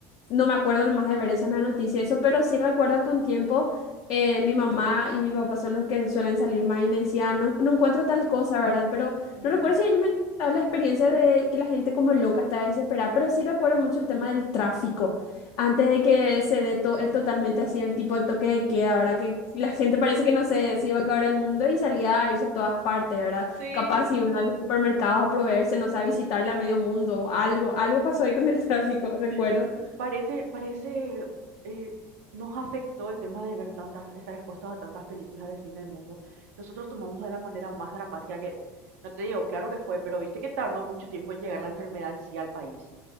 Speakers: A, on the left; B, on the right.
A: no me acuerdo nomás de ver eso en la noticia, y eso, pero sí recuerdo que un tiempo eh, mi mamá y mi papá son los que suelen salir más y me decían, no, no encuentro tal cosa, ¿verdad? Pero
B: Ujú.
A: no recuerdo si ellos me contaron la experiencia de que la gente como loca está desesperada, pero sí recuerdo mucho el tema del tráfico, antes de que se dé to- el totalmente así el tipo, el toque de queda, ¿verdad? Que la gente parece que no sé, se iba a acabar el mundo y salía a irse a todas partes, ¿verdad?
B: Sí,
A: Capaz si van a los supermercados a proveerse, no sé, a visitarle a medio mundo. Algo, algo pasó ahí con el <laughs> tráfico, recuerdo.
B: Sí, parece, parece, eh, nos afectó el tema de ver tantas, estar expuestos a tantas películas de fin del mundo. Nosotros tomamos de la manera más dramática que, no te digo, claro que fue, pero viste que tardó mucho tiempo en llegar la enfermedad en sí al país.